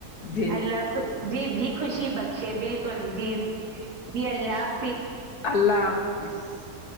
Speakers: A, on the left (about 70°); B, on the right (about 70°).
A: بھیجے
B: اللہ خ جی بھی خوشی بخشے بالکل جی جی ال ال
A: اللہ حافظظ <unintelligible>